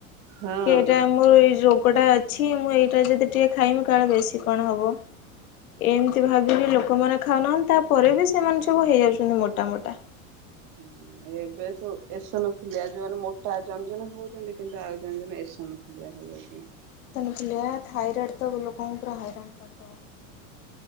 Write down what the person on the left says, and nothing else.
ହେଲା ସେଇଟା ଆମର ଏଇ ପଟା ଅଛି ମୁଁ ଏଇଟା ଯଦି ଟିକେ ଖାଇମି କାଳେ ବେଶୀ କଣ ହବ। ଏମତି ଭାବି ବି ଲୋକମାନେ ଖାଉନାହାନ୍ତି ତାପରେ ବି ସେମାନେ ସବୁ ହେଇଯାଉଚନ୍ତି ମୋଟ ମୋଟା।
ଫୁଲିଆ ଥାଇରଏଡ଼ ତ ଲୋକଙ୍କୁ ପୁରା ହଇରାଣ କରିଦବ।